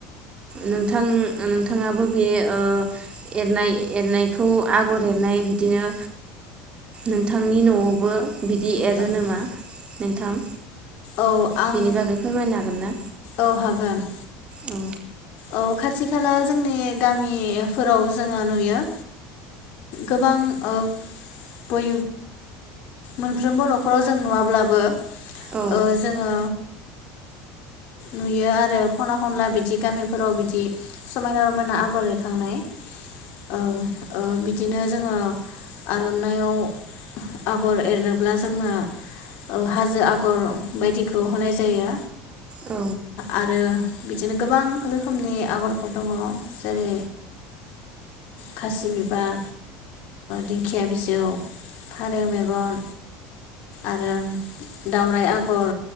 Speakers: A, on the right; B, on the left.
A: नोंथां नोंथाङाबो बे एरनाय एर एरनायखौ आगर एरनाय बिदिनो नोंथांनि न'आवबो बिदि
B: औ
A: एरो नामा नोंथां।
B: औ आं
A: बेनि बागै फोरमायनो हागोन ना
B: औ हागोन।
A: औ
B: औ खाथि खाला जोंनि गामिफोराव जोङो नुयो गोबां ओ बै मोनफ्रोमबो न'खराव जों नुवाब्लाबो
A: औ औ
B: ओ जोङो नुयो आरो खना खनला बिदि गामिफोराव बिदि समायना रमायना आगर एरखांनाय औ औ बिदि। बिदिनो जोङो आर'नाइाव आगर एरनोब्ला जोङो हाजो आगर बायदिखौ होनाय जायो।
A: औ
B: आरो बिदिनो गोबां रोखोमनि आगरफोर दङ जेरै खासि बिबार दिंखिया बिजौ फारै मेगन आरो दावराइ आगर